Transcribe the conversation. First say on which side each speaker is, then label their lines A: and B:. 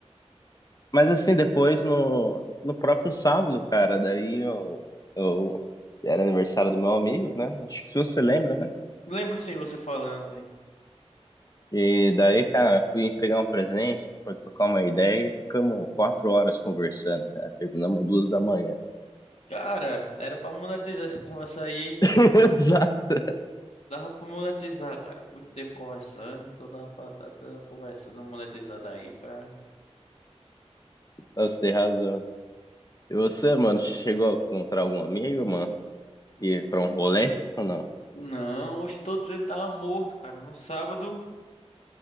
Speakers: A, on the left; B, on the left.
A: Mas assim, depois no, no próprio sábado, cara, daí eu, eu era aniversário do meu amigo, né? Acho que você lembra, né?
B: Lembro sim você falando, velho.
A: E daí, cara, fui entregar um presente, foi trocar uma ideia e ficamos quatro horas conversando, cara. Terminamos duas da manhã.
B: Cara, era pra monetizar essa conversa aí, hein?
A: <laughs> Exato.
B: Dava pra monetizar, cara. Muito tempo conversando, então dava pra estar conversando, monetizada aí pra.
A: Você tem razão. E você, mano, chegou a encontrar algum amigo, mano? Ir pra um rolê ou não?
B: Não, hoje todos ele tava morto, cara. No sábado. O